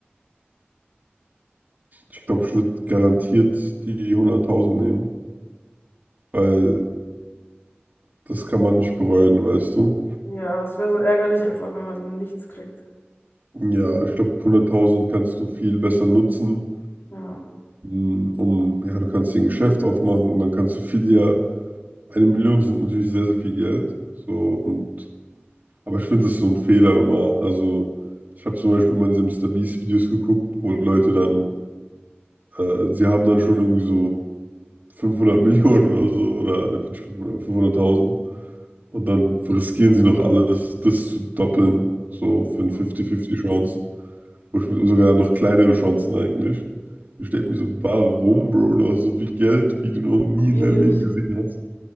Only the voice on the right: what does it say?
Ich glaube, ich würde garantiert die hunderttausend nehmen, weil das kann man nicht bereuen, weißt du.
Und ja, ich glaube, hunderttausend kannst du viel besser nutzen,
m, um, ja, du kannst dir ein Geschäft aufmachen und dann kannst du viel eher, eine Million sind natürlich sehr, sehr viel Geld. So, und, aber ich finde, das ist so ein Fehler immer. Also, ich habe zum Beispiel immer diese Mister MrBeast-Videos geguckt, wo Leute dann, äh, sie haben dann schon irgendwie so 500 Millionen oder so oder ne, 500.000 und dann riskieren sie noch alles, das zu doppeln, so für eine
50-50 Chance, Wo ich mir- sogar noch kleinere Chancen eigentlich. Ich denke mir so, warum, Bro, du hast so viel Geld, wie du noch nie
in deinem Leben gesehen hast.